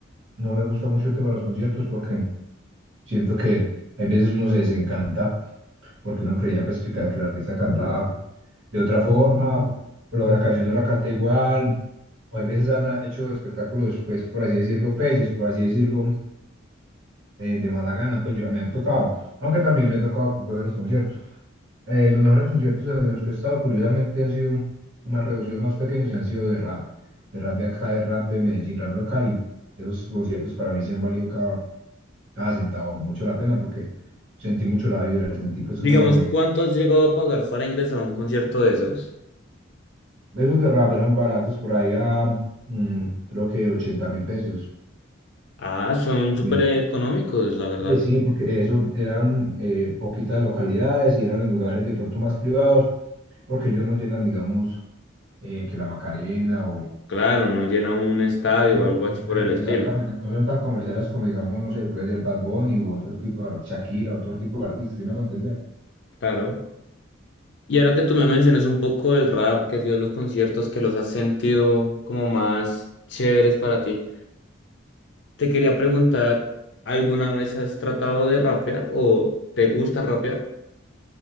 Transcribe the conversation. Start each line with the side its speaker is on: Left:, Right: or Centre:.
Right: no me gusta mucho el tema de los conciertos porque siento que hay veces uno se desencanta porque uno creía pues que, ca- que la artista cantaba de otra forma, o la la canción no la canta igual, o hay veces han ah, hecho espectáculos, pues por así decirlo, peyes, por así decirlo, eh, de mala gana, pues yo me han tocado, aunque también me ha tocado que buenos conciertos. eh, los mejores conciertos de los que he estado, curiosamente, han sido más reducidos, más pequeños y han sido de rap, de rap de acá, de rap de Medellín, rap local. Y esos conciertos para mí sí han valido cada, cada centavo, mucho la pena porque sentí mucho la vibra, sentí pues
Left: Digamos,
Right: como esa conexión.
Left: ¿cuánto has llegado a pagar para ingresar a un concierto de esos?
Right: Esos de rap eran baratos por ahí a mm, creo que ochenta mil pesos.
Left: Ah, son súper
Right: Mm.
Left: económicos, la verdad.
Right: Eh, sí, porque eso eran eh, poquitas localidades y eran en lugares de pronto más privados, porque ellos no llenan, digamos, eh, que la Macarena o
Left: Claro, no llena un estadio
Right: De hecho, por-
Left: o algo
Right: eh,
Left: así por el estilo.
Right: exactamente, no son tan comerciales como, digamos, no sé, puede ser Bad Bunny u otro tipo de ar- Shakira, otro tipo de artista, sí me hago entender?
Left: Claro. Y ahora que tú me mencionas un poco del rap, que ha sido los conciertos que los has sentido como más chéveres para ti, te quería preguntar, ¿alguna vez has tratado de rapear o te gusta rapear?